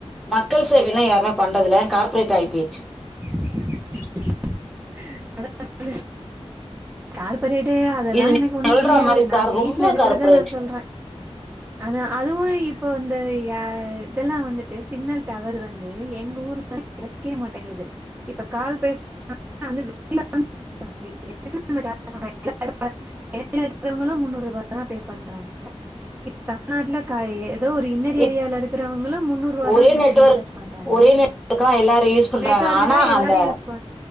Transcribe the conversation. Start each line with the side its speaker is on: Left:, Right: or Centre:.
Centre: மக்கள் சேவைலா யாருமே பண்றது இல்ல கார்ப்பரேட் ஆகி போச்சி
Right: <inaudible> கார்பரேட்டே அதெல்லா
Centre: இது நீ
Right: எனக்கு ஒன்னு
Centre: சொல்ற
Right: புரியாது
Centre: மாரி
Right: நா
Centre: கார்
Right: வீட்ல
Centre: ரொம்ப
Right: இருக்கறத
Centre: கார்பரேட்
Right: நா சொல்ற அதா அதுவு இப்ப வந்து யா இதெல்லா வந்துட்டு சிக்னல் டவர் வந்து எங்க ஊர்ல வேற கெடைக்கவே மாட்டேங்குது இப்ப கால் பேஸ் <inaudible> வந்து வெளியில வந்தா தா வருது <inaudible> சென்னையில இருக்குறவங்களு முன்னூறு ரூபா தா பே பண்றாங்க இப்ப தமிழ்நாட்டுல கா ஏது ஏதோ ஒரு இன்னர்
Centre: இப்
Right: ஏரியால இருக்கறவங்களு முன்னூறு ரூபா
Centre: ஒரே
Right: தா குடுத்து
Centre: நெட்வொர்க்
Right: ரீசார்ஜ் பண்றாங்க
Centre: ஒரே நெட்வொர்க்கா எல்லாரும் யூஸ் பண்றாங்க
Right: நெட்வொர்க்கு
Centre: ஆனா
Right: தா எல்லாரு
Centre: அந்த
Right: யூஸ் பண்